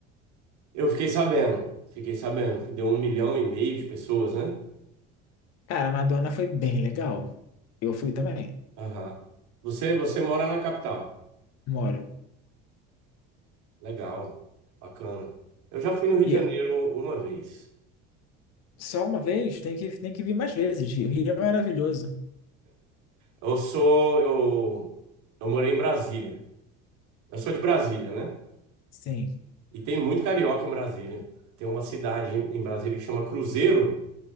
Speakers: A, on the right; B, on the left.
A: Eu fiquei sabendo, fiquei sabendo que deu um milhão e meio de pessoas, né?
B: Cara, a Madonna foi bem legal. Eu fui também,
A: Aham. Você, você mora na capital.
B: moro.
A: Legal, bacana. Eu já fui no Rio
B: E
A: de Janeiro uma vez.
B: só uma vez, tem que, tem que vir mais vezes. O Rio é maravilhoso.
A: Eu sou, eu, eu morei em Brasília. Eu sou de Brasília, né?
B: Sim.
A: E tem muito carioca em Brasília. Tem uma cidade em em Brasília que chama Cruzeiro.